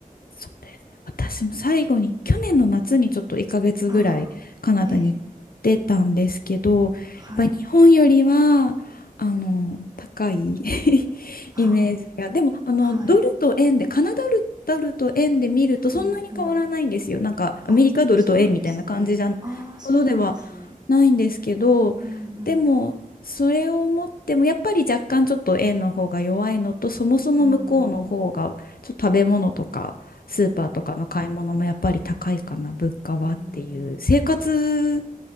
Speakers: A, on the left; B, on the right.
A: そうですね。私も最後に、去年の夏にちょっと1ヶ月ぐらいカナダに行ってたんですけど、
B: ああ、ええ、
A: やっぱり日本よりは、
B: はい。
A: あの、高い <laughs>
B: あ
A: イメージが。でも、あの、
B: あ、はい。
A: ドルと円で、カナダル、ドルと円で見るとそんなに変わらないんですよ。
B: うんうん。
A: なんか、アメリカドルと円みたいな感じじゃ、
B: あ、そうなんですね。ああ、そうなんですね。
A: ほどではないんですけど、
B: うんうん。
A: でも、それを思っても、やっぱり若干ちょっと円の方が弱いのと、そもそも向こうの方が、
B: うん。
A: ちょっと食べ物とか、スーパーとかの買い物もやっぱり高いかな、
B: うん。
A: 物価はっていう。
B: うん。
A: 生活